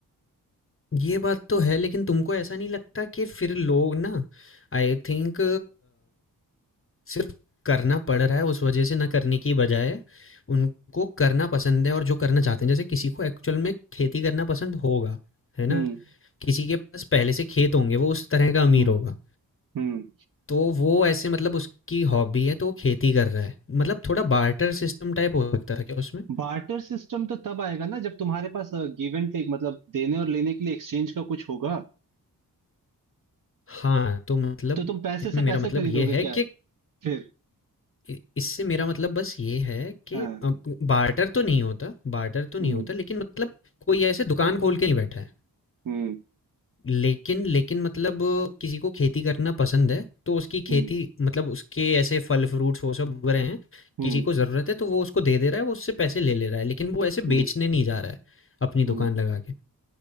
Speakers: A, on the left; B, on the right.
A: ये बात तो है लेकिन तुमको ऐसा नहीं लगता कि फिर लोग ना आई थिंक सिर्फ करना पड़ रहा है उस वजह से ना करने की बजाय उनको करना पसंद है और जो करना चाहते हैं जैसे किसी को एक्चुअल में खेती करना पसंद होगा है
B: हम्म
A: ना किसी के पास पहले से खेत होंगे वो उस तरह का अमीर
B: हम्म
A: होगा
B: हम्म
A: तो वो ऐसे मतलब उसकी हॉबी है तो वो खेती कर रहा है मतलब थोड़ा बार्टर सिस्टम टाइप हो सकता था क्या उसमें
B: बार्टर सिस्टम तो तब आएगा ना जब तुम्हारे पास गिव एंड टेक मतलब देने और लेने के लिए एक्सचेंज का कुछ होगा
A: हाँ तो मतलब
B: तो तुम पैसे
A: इसमें
B: से
A: मेरा
B: पैसे
A: मतलब
B: खरीदोगे
A: ये है कि
B: क्या फिर
A: इ- इससे मेरा मतलब बस ये है कि
B: हाँ
A: बार्टर तो नहीं होता बार्टर तो नहीं
B: हम्म
A: होता लेकिन मतलब कोई ऐसे दुकान खोल के नहीं बैठा है
B: हम्म
A: लेकिन लेकिन मतलब किसी को खेती करना पसंद है तो उसकी
B: हम्म
A: खेती मतलब उसके ऐसे फल फ्रूट्स वो सब उग रहे हैं
B: हम्म
A: किसी को ज़रूरत है तो वो उसको दे दे रहा है वो उससे पैसे ले ले रहा है लेकिन वो ऐसे
B: हम्म
A: बेचने नहीं जा रहा है अपनी दुकान
B: हम्म
A: लगा के